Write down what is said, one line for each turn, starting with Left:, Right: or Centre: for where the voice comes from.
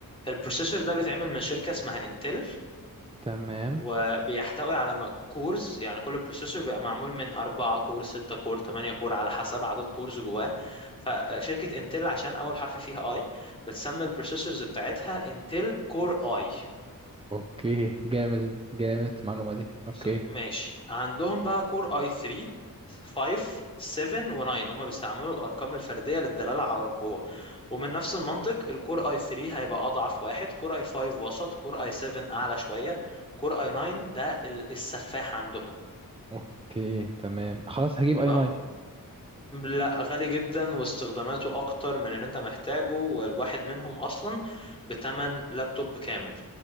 Left: البروسيسور ده بيتعمل من شركة اسمها انتل
Right: تمام
Left: وبيحتوي على م- كورز يعني كل بروسيسور بيبقى معمول من أربعة كور ستة كور تمانية كور على حسب عدد كورز جواه فشركة انتل عشان أول حرف فيها اي بتسمي البروسيسورز بتاعتها انتل كور اي
Right: أوكي جامد جامد المعلومة دي أوكي
Left: س- ماشي عندهم بقى كور اي 3 5 7 و9 هما بيستعملوا الارقام الفرديه للدلاله على القوه ومن نفس المنطق الكور اي 3 هيبقى اضعف واحد كور اي 5 وسط كور اي 7 اعلى شويه كور اي 9 ده ال- السفاح عندهم
Right: أوكي تمام خلاص هجيب
Left: يبقى
Right: أي 9
Left: هم لا غالي جدا واستخداماته اكتر من اللي انت محتاجه والواحد منهم اصلا بتمن لابتوب كامل